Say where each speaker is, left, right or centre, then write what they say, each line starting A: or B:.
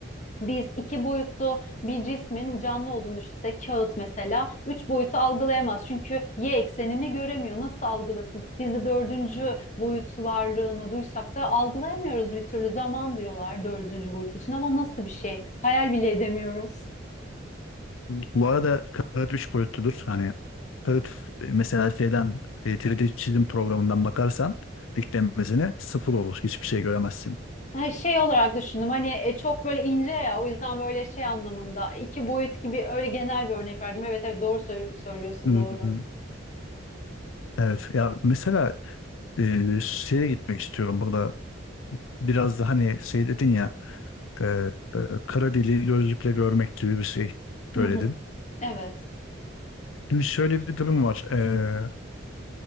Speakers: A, on the left; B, on the left.
A: biz iki boyutlu bir cismin canlı olduğunu düşünsek kağıt mesela üç boyutu algılayamaz çünkü y eksenini göremiyor. Nasıl algılasın? Biz de dördüncü boyut varlığını duysak da algılayamıyoruz bir türlü zaman diyorlar dördüncü boyut için ama nasıl bir şey? Hayal bile edemiyoruz.
B: Bu arada kağıt üç boyutludur. Hani kağıt e, mesela şeyden e, 3D çizim programından bakarsan diklenmesine sıfır olur. Hiçbir şey göremezsin.
A: Ha, şey olarak düşündüm hani e, çok böyle ince ya o yüzden böyle şey anlamında iki boyut gibi öyle genel bir örnek verdim. Evet evet doğru sö- söylüyorsun
B: Hmm.
A: doğru.
B: Evet ya mesela e, şeye gitmek istiyorum burada biraz da hani şey dedin ya e, e, kara deliği gözlükle görmek gibi bir şey söyledin.
A: Hı hı, evet.
B: Şimdi şöyle bir durum var E,